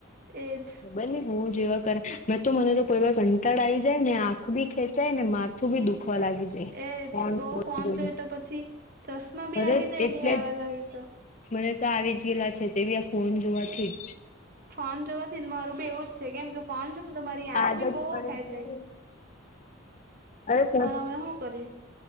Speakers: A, on the right; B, on the left.
A: એજ
B: બને હું જેવા. મેં તો મને તો કોઈ વાર કંટાળ આવી જાય ને, આંખ ભી ખેંચાય ને, માથું બી દુખવા લાગી જાય.
A: એ
B: ફોન
A: જ, બહુ
B: જોઈ
A: ફોન
B: જોઈને
A: જોય તો પછી ચશ્મા બી
B: અરે
A: આવી જાય
B: એટલે
A: ને, આવેલા
B: જ
A: હોય તો
B: મને તો આવી જ ગયેલા છે, તે બી આ ફોન જોવાથી જ.
A: ફોન જોવાથી ને, મારું બી એવું જ છે, કેમ કે ફોન જો તો મારી આંખ
B: આદત
A: ભી બહુ
B: પડી
A: ખેંચાય.
B: અરે રા
A: પણ હવે શું કરીએ